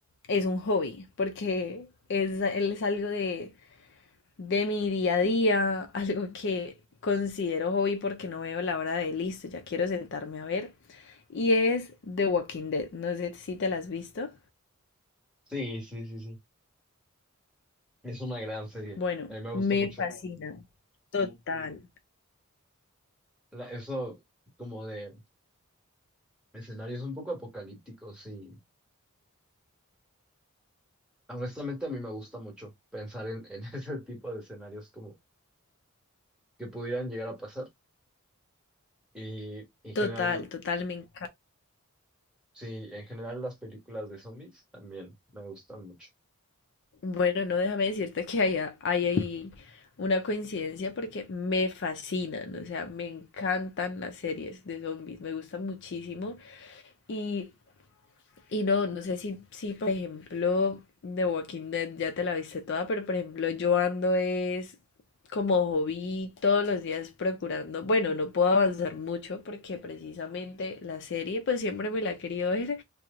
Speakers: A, on the left (about 50°); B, in the centre.
A: es un hobby, porque es, es algo de de mi día a día, <laughs> algo que considero hobby porque no veo la hora de listo, ya quiero sentarme a ver, y es The Walking Dead. No sé si te la has visto.
B: Sí, sí, sí, sí. Es una gran serie.
A: Bueno,
B: A mí me gusta
A: me
B: mucho
A: fascina. Total,
B: la- eso como de escenarios un poco apocalípticos y Honestamente, a mí me gusta mucho pensar en, en <laughs> ese tipo de escenarios como que pudieran llegar a pasar. Y en general,
A: total, total, me encanta.
B: sí, en general las películas de zombies también me gustan mucho.
A: Bueno, no déjame decirte que hay, a- hay ahí una coincidencia porque me fascinan, o sea, me encantan las series de zombies, me gustan muchísimo. Y Y no, no sé si, si por ejemplo, The Walking Dead ya te la viste toda, pero por ejemplo, yo ando es como hobby todos los días procurando. Bueno, no puedo avanzar mucho porque precisamente la serie, pues siempre me la he querido ver,